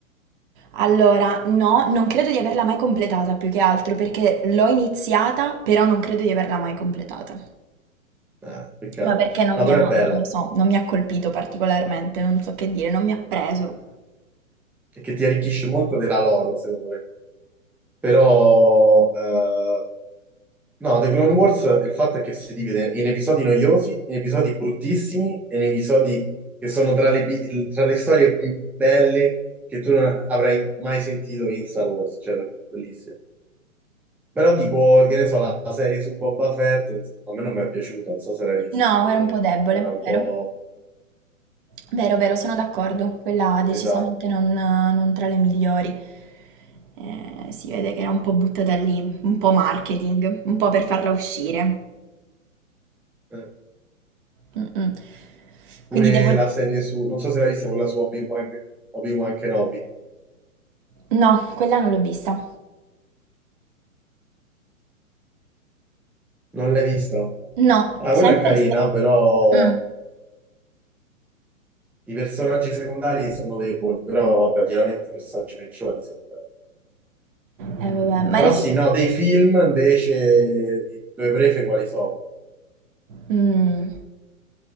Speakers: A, on the right; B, in the centre.
A: Allora, no, non credo di averla mai completata più che altro perché l'ho iniziata, però non credo di averla mai completata.
B: Eh, peccato,
A: Ma perché non
B: no,
A: mi
B: però
A: ha, non
B: è bella,
A: lo so, non mi ha colpito particolarmente, non so che dire, non mi ha preso.
B: perché ti arricchisce molto della lore, secondo me. Però, eh, no, The Clone Wars, il fatto è che si divide in episodi noiosi, in episodi bruttissimi, e in episodi che sono tra le, bi- tra le storie più belle che tu non avrai mai sentito in Star Wars, cioè, bellissime. Però tipo, che ne so, la la serie su Boba Fett, ins- a me non mi è piaciuta, non so se l'hai vista,
A: No,
B: eh,
A: era un po' debole,
B: era un
A: vero?
B: po'...
A: Vero, vero, sono d'accordo. Quella decisamente
B: Esatto.
A: non, non tra le migliori. Eh, si vede che era un po' buttata lì, un po' marketing, un po' per farla uscire.
B: Eh.
A: Mh-mh.
B: Pure
A: Quindi devo
B: la serie su... Non so se l'hai vista quella su Obi-Wan Obi-Wan Kenobi.
A: no, quella non l'ho vista.
B: Non l'hai vista?
A: No,
B: Ah,
A: sempre
B: quella è carina,
A: sta
B: però
A: mh.
B: i personaggi secondari sono deboli, però vabbè, chiaramente i personaggi principali sono belli.
A: Eh vabbè, ma
B: Però
A: in effe
B: sì, no, dei film invece i due prefe quali sono?
A: Mm.